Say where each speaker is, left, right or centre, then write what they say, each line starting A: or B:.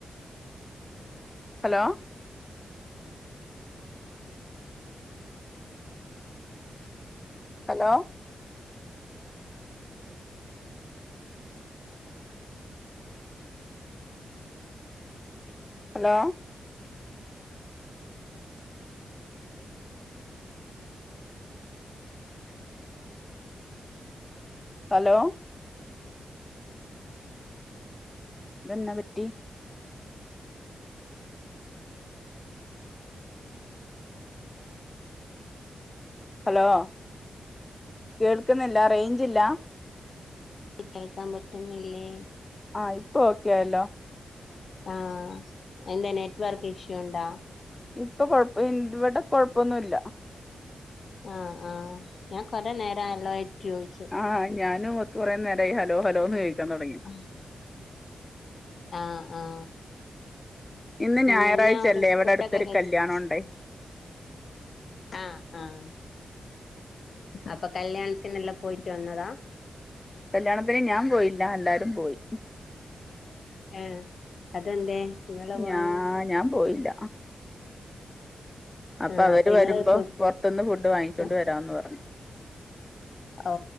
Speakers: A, on the left; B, on the left.
A: hello hello hello hello ഇതെഞ്ഞാപറ്റി ഹലോ കേൾക്കുന്നില്ലാ റൈഞ്ചില്ല
B: ക്ക് കേൾക്കാൻ പറ്റുന്നില്ലേ
A: ആ ഇപ്പൊ ഓക്കെയായല്ലോ
B: ആഹ്, എന്താ നെറ്റുവർക്കിഷ്യൂവുണ്ടോ
A: ഇപ്പൊകൊഴപ്പ, ഇവിടെ കൊഴപ്പൊന്നുല്ല
B: ആ, ആ ഞാൻ കൊറെനേരായില്ലോ ചോദിച്ചു.
A: ആ ഞാനുമൊ കുറേ നേരായി ഹലോ ഹലോന്ന് ക ചോദിക്കാൻ തുടങ്ങി
B: ആഹ്, ആഹ്
A: ഇന്ന്
B: പിന്നെയെന്നായുണ്ട്,
A: ഞായറാഴ്ചയല്ലേ ഇവിടെ
B: ഫുഡൊക്കെ
A: അടുത്തൊരു
B: കഴിച്ചോ
A: കല്യാണം ഉണ്ടായി
B: ആഹ്, ആഹ് അപ്പൊ കല്യാണത്തിനെല്ലാം പോയിട്ടുവന്നതാ,
A: കല്യാണത്തിനു ഞാൻ പോയില്ല, എല്ലാവരും പോയി
B: ഏ.. അതെന്തേ നിങ്ങളു പോകഞ്ഞേ
A: ഞാ ഞാൻ പോയില്ല അപ്പൊഅവരുവരുമ്പോ
B: ആഹ് അപ്പൊ ഇങ്ങള് ഫു
A: പുറത്തുനിന്ന് ഫുഡ് വാങ്ങിച്ചോണ്ടുവരാമെന്നുപറഞ്ഞു
B: ഫു ഓ..